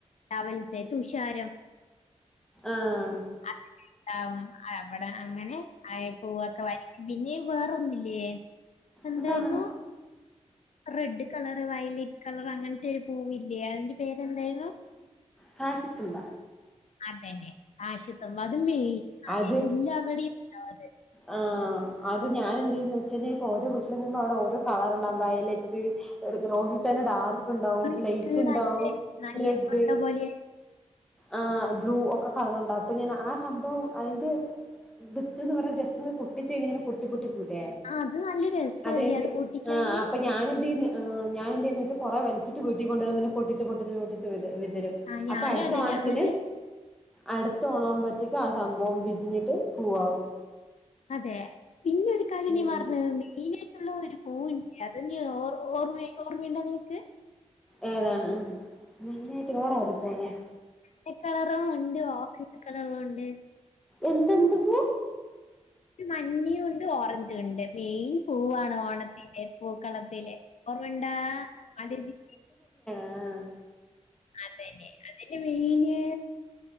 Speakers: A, on the left (about 65°); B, in the centre.
A: രാവിലത്തെ തുഷാരം
B: ആഹ
A: അ അ അവിടെ അങ്ങനെ ആ പൂവൊക്കെ വരക്കും പിന്നെ വേറൊന്നില്ലേ എന്തായിരുന്നു
B: എന്താണ്
A: റെഡ് കളറ് വയലറ്റ് കളർ അങ്ങനത്തെ ഒരു പൂവില്ലേ അതിന്റെ പേരെന്തായിരുന്നു
B: കാശത്തുമ്പ
A: അതന്നെ ആശ്യത്തുമ്പ അത് മെയി
B: അത്
A: എല്ലവിടെയും ഉണോ അത്
B: ആ അത് ഞാൻ എന്തന്ന് വെച്ച കഴിഞ്ഞാൽ ഇപ്പൊ ഓരോ വീട്ടില പോകുമ്പോ അവിടെ ഓരോ കളർ ഉണ്ടാവ വയലറ്റ് റോഹിത് തന്നെ ഡാർക്ക് ഉണ്ടാവും
A: ഇത്
B: ലൈറ്റ് ഉണ്ടാവും
A: നല്ല നല്ല
B: റെഡ്
A: മുട്ട പോലെ
B: ആഹ ബ്ലൂ ഒക്കെ കളറുണ്ടാവും അപ്പൊ ഞാൻ ആ സംഭവം അതിന്റെ വിത്ത് എന്ന് പറഞ്ഞ ജസ് പൊട്ടിച്ചനെ പൊട്ടി പൊട്ടി പോല്ല
A: ആ അത് നല്ല രസമല്ലേ
B: അത
A: അത് പൊട്ടിക്കാന്
B: ആ അപ്പൊ ഞൻ എന്തന്ന് ഞാൻെന്തേെന്നെന്ന് വെച്ചാൽ കുറെ വലച്ചിട്ട് കീട്ടിക്കൊണ്ട്ങ്ങനെ പൊട്ടച്ച് പൊട്ടിച്ചച്ച് പൊട്ടച്ച് വി വിതരും
A: ആ ഞാനും
B: അപ്പൊ അടുത്ത
A: അതന്നെ
B: ഓണത്തിന്
A: എന്നിട്ട്
B: അടുത്തോണാവുമ്പോഴത്തേക്കും ആ സംഭവം വിരിഞ്ഞിട്ട് പൂവാവും
A: അതേ പിന്നൊരു കാര്യം
B: ഉം
A: നീ പറഞ്ഞത് മെയിനായിട്ടുള്ള ഒരു പൂവ് അത് നി ഓ ഓർമ്മ ഓർമ്മയ്ണ്ടോ നിനക്ക്
B: ഏതാണ് മെയ്നായിട്ട് വേറെ അത് പോല
A: പച്ച കളറും ഉണ്ട് ഓറഞ്ച് കളറും ഉണ്ട്
B: എന്തെന്ത് പൂ
A: ഒരു മഞ്ഞും ഉണ്ട് ഓറഞ്ച ണ്ട് മെയിൻ പൂവാണ് ഓണത്തി ല്ല പൂക്കളത്തില്ലേ ഓർമ്മണ്ടാ അലോജികി.
B: ആഹ
A: അതന്നെ അതല്ലെ മെയിന്.